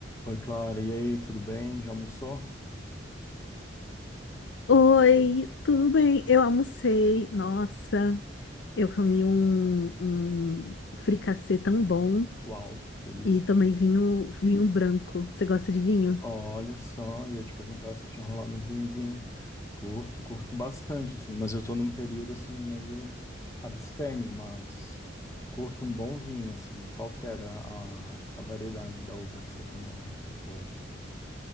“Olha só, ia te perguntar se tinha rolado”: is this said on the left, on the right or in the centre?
Left